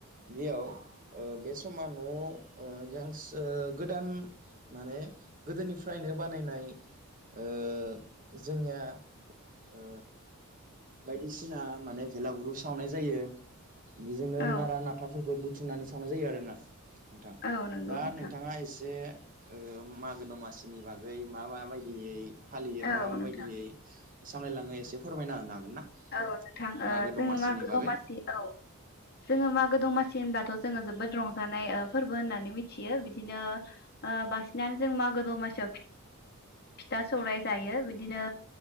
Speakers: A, on the right (about 40°); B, on the left (about 45°).
A: बेयाव ओ बे समा न ओ गांसो गोदान माने गोदोनिफ्रायनो बानायनाय ओ जोंनिया ओ बायदिसिना माने भेलागुरु साव नाय जायो। बिजोंनो
B: औ
A: नारा नाथाफोरखौ बुथ बुथुमनानै सावनाय जायो आरो ना नोंथां
B: औ नंगौ
A: दा
B: नोंथां
A: नोंथाङा एसे मागो ओ दमासिनि बागै मा मा बायदियै फालियो
B: औ
A: मा मा
B: नोंथां
A: बायदियै सामलायलाङो एसे फोरमायना होनो हागोन ना?
B: औ नोंथां ओ
A: मागो
B: जोङो
A: दमासिनि
B: मागो
A: बागै
B: दमासि औ जोङो मागो दमासि जेनबाथ जोङो जोबोद रंजानाय ओ फोरबो होननानै मिथियो बिदिनो ओ बांसिनानो जों मागो दमासियाव फिथा सौराय जायो बिदिनो